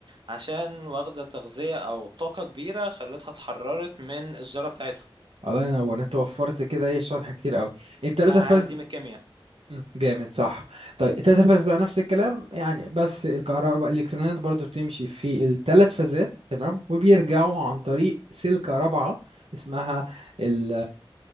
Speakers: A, on the right; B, on the right.
A: عشان واخده تغذيه او طاقه كبيره خلتها اتحررت من الذره بتاعتها
B: الله ينور انت وفرت كده ايه شرح كتير قوي التلاتة
A: انا
B: فاز
A: عارف دي من الكيمياء
B: مم، جامد صح طيب التلات بقى نفس الكلام يعني بس الكهرباء الالكترونات برضو بتمشي في الثلاث فازات تمام وبيرجعوا عن طريق سلكة رابعة اسمها ال